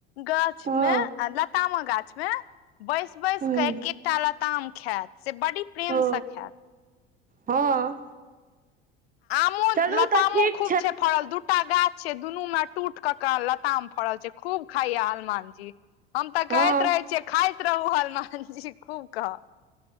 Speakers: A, on the left (about 80°); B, on the right (about 25°).
A: गाछ
B: हँ
A: मे आ लतामक गाछ मे बैस बैस
B: हूं
A: कऽ एक एकटा लताम खायत से बड़ी प्रेमसँ
B: ओ
A: खायत।
B: हँ
A: लतामो
B: चलू
A: लतामो
B: तऽ ठीक
A: खूब छै फड़ल दू दूटा गाछ छै दुनू में टूट क का लताम फड़ल छै खूब खाइया हनुमान जी हम तऽ कहैत
B: हँ
A: रहे छियै खाइत रहू हनुमान जी खूब कऽ